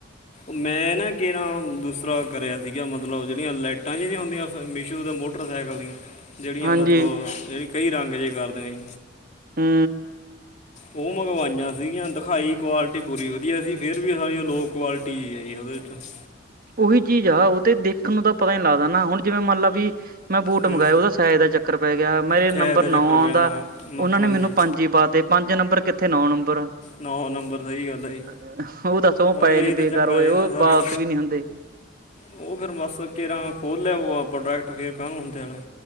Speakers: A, on the left; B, on the right.
A: ਮੈਂ ਨਾ ਕਿ ਨਾ ਦੂਸਰਾ ਕਰਿਆ ਸੀਗਾ ਮਤਲਬ ਜਿਹੜੀਆਂ ਲਾਈਟਾਂ ਜੀ ਨੀ ਹੁੰਦੀਆਂ ਮੀਸ਼ੋ ਦੇ ਮੁੱਢ। ਮੋਟਰਸਾਈਕਲ ਦੀਆਂ। ਜਿਹੜੀਆਂ
B: ਹਾਂਜੀ
A: ਮਤਲਬ ਜੇੜੀ ਕਈ ਰੰਗ ਜੇਹੇ ਕਰਦੇ ਨੇ।
B: ਹੂੰ।
A: ਉਹ ਮੰਗਵਾਈਆਂ ਸੀਗੀਆਂ ਦਿਖਾਈ ਕੁਆਲਿਟੀ ਪੂਰੀ ਵਧੀਆ ਸੀ। ਫੇਰ ਵੀ ਸਾਾਲੀ ਉਹ ਲੋਅ ਕੁਆਲਿ <unintelligible>
B: ਉਹੀ ਚੀਜ਼ ਆ, ਉਹ ਤੇ ਦੇਖਣ ਨੂੰ ਤਾਂ ਪਤਾ ਨੀ ਲੱਗਦਾ ਨਾ ਹੁਣ ਜਿਵੇਂ ਮੰਨ ਲੈਂ ਵੀ ਮੈਂ ਬੂਟ
A: ਹੂੰ
B: ਮੰਗਵਾਏ ਉਹਦਾ ਤਾਂ ਹੀ ਤਾਂ ਚੱਕਰ ਪੈ ਗਿਆ। ਮੇਰੇ
A: ਛੇ
B: ਨੰਬਰ
A: ਦਾ
B: ਨੌ
A: ਚੱਕਰ
B: ਆਉਂਦਾ,
A: ਪੈਂਦਾ ਹਾਂ ਨੌ-
B: ਉਹਨਾ
A: ਹਾਂਜੀ
B: ਨੇ ਮੈਨੂੰ ਪੰਜ ਹੀ ਪਾਤੇ। ਪੰਜ ਨੰਬਰ ਕਿੱਥੇ ਨੌ ਨੰਬਰ।
A: ਨੌ ਨੰਬਰ, ਸਹੀ ਗੱਲ ਹੈ ਜੀ।
B: ਉਹ ਦੱਸੋ ਉਹ
A: ਬੱਸ
B: ਪਏ
A: ਏਹੀ
B: ਨੇ
A: ਤਾਂ
B: ਬੇਕਾਰ
A: ਚੱਕਰ
B: ਹੋਏ
A: ਹੈ
B: ਉਹ
A: ਏਹਦਾ ਸਾਰਾ।
B: ਵਾਪਸ ਵੀ ਨਹੀਂ ਹੁੰਦੇ।
A: ਉਹ ਫੇਰ ਬਸ ਤਕਿਰੇ ਨਾਲ ਖੋਲਿਆ ਹੋਵੂ। ਪ੍ਰੋਡਕਟ ਫੇਰ, ਕਾਹਨ ਨੂੰ ਹੁੰਦੇ ਵਾਲੇ।